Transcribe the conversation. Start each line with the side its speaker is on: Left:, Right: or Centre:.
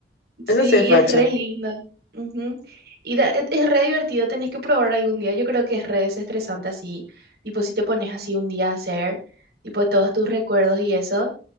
Right: Sí,
Left: Eso sí es
Right: y
Left: facha.
Right: es re lindo. Ujú. Y da- e- es re divertido, tenés que probar algún día. Yo creo que es re desestresante así, tipo si te pones así un día a hacer, tipo todos tus recuerdos y eso.